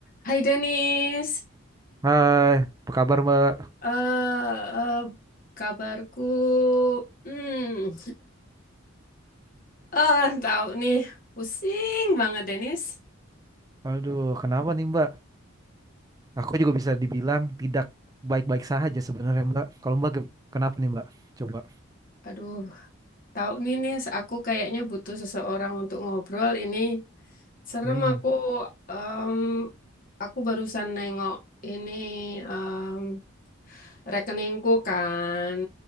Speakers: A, on the left; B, on the right.
A: Hai Denis,
B: Hai, apa kabar Mbak?
A: eh eh, kabarku, hmm, ah tahu nih, pusing banget Denis.
B: Aduh, kenapa nih Mbak? Aku juga bisa dibilang tidak baik-baik saja sebenarnya Mbak. Kalau Mbak ge- kenapa nih Mbak? Coba.
A: Aduh, tahu nih Nis, aku kayaknya butuh seseorang untuk ngobrol ini. Serem
B: Hmm,
A: aku, em, aku barusan nengok ini em, rekeningku kan.